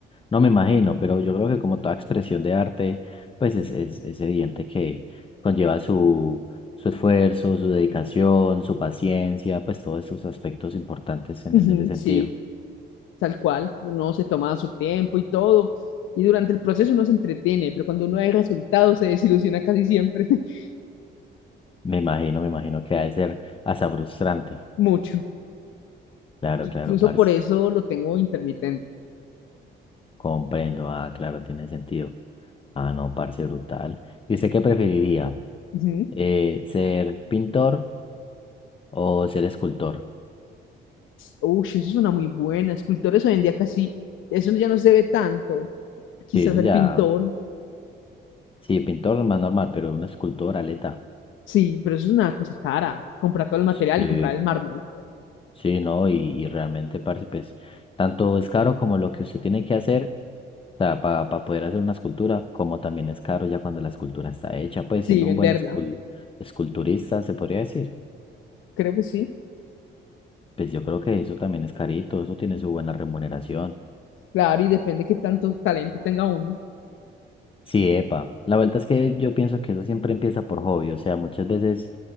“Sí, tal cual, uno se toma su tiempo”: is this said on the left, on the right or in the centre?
Left